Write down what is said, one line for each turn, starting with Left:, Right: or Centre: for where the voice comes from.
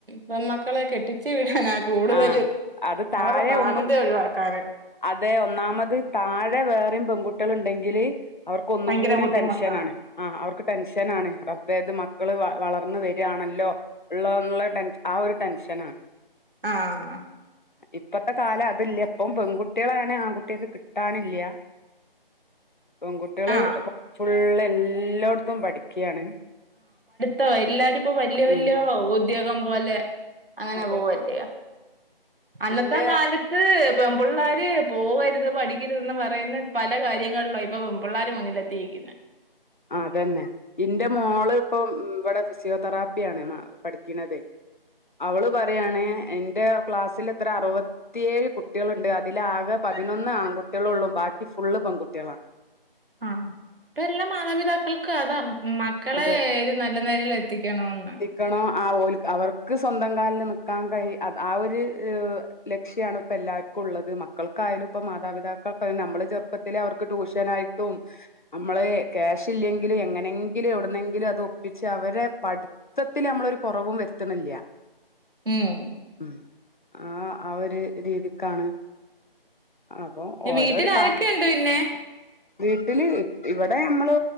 Right: പെമക്കളെ കെട്ടിച്ചു വിടാനാ കൂടുതലും,
Left: ആഹ് അത് താഴെ
Right: അവരുടെ ബാധ്യത
Left: ഒന്നും
Right: ഒഴിവാക്ക ക്കാൻ
Left: അതെ ഒന്നാമത് താഴെ വേറെം പെൺകുട്ടികള ഇണ്ടെങ്കില് അവർക്ക് ഒന്നും
Right: ഭയങ്കര
Left: കൂടിയ
Right: ബുദ്ധിമുട്ടാ
Left: ടെൻഷനാണ് ആഹ് അവർക്ക് ടെൻഷനണ് റബ്ബെ ത് മക്കള വ വളർന്ന് വരാണല്ലോ ഉള്ള എന്നുള്ള ടെൻ ആ ഒരു ടെൻഷനാണ്
Right: ആഹ്
Left: ഇപ്പത്തെ കാലം അതില്ല ഇപ്പം പെൺകുട്ടി കുട്ടികളനെ ആൺകുട്ടികക്ക് കിട്ടാന്ല്ല പെൺകുട്ടികള്
Right: ആഹ്
Left: ഇപ് ഫുള്ള് എല്ലായിടത്തും പഠിക്കയാണ്
Right: തോ എല്ലാരുംപ്പോ വല്യ വല്യ
Left: ഉം
Right: ഉദ്യോഗം പോലെ അങ്ങനെ
Left: അതെ
Right: പോവല്ല അന്നത്ത
Left: ഇന്റെ
Right: കാല ഇത് പെൺപുള്ളേർ പോകരുത് പഠിക്കരുത് പറയുന്ന പല കാര്യങ്ങളിലോ ഇപ്പൊ പെൺപുള്ളേർ മുന്നില തിക്ക്ന്നെ
Left: അതന്നെ ഇന്റെ മോള് ഇപ്പം ഇവടെ ഫിസിയോതെറാപ്പിയാണെ പഠിക്കണതെ അവള് പറയാണ് എന്റെ ക്ലാസ്സലത്ര അറു ത്തിയേഴ് കുട്ടികളുണ്ട് അതിലാകെ പതിനൊന്ന് ആൺകുട്ടികളോള്ളും ബാക്കി ഫുള് പെൺകുട്ടികളാന്ന്
Right: ആഹ് ഇപ്പ എല്ലാ മാതാപിതാക്കൾക്ക് അതാ മ ക്കളെ
Left: അത്
Right: ഒരു നല്ല നെലേല് എത്തിക്കണോന്ന്
Left: നിക്കണോ ആഹ് ഓലെ അവർക്ക് സ്വന്തം കാലിൽ നിക്കാൻ കഴി ആ ഒരു ഏഹ് ലക്ഷ്യണ് ഇപ്പോ എല്ലാർക്കുള്ളത് മക്കൾക്കായാലും ഇപ്പം മാതാപിതാക്കൾക്കായാലും നമ്മള് ചെറുപ്പത്തിലെ അവർക്ക് ട്യൂഷനായി ട്ടും നമ്മള് ക്യാഷ് ഇല്ലെങ്കിലും എങ്ങനെ ങ്കിലും എവിടുന്നെങ്കിലും അത് ഒപ്പിച്ച് അവരേ പഠിത്തത്തില് നമ്മളൊരു കൊറവും വരുത്തണില്ല
Right: മ്മ്
Left: മ്മ് ആഹ് ആഹ് ഒരു രീതിക്കാണ് അപ്പൊ ഓരോരോ
Right: വീട്ടിൽ
Left: കാ
Right: ആരൊക്കെ ഉണ്ട് പിന്നെ
Left: വീട്ടില് ഇവടെ നമ്മള്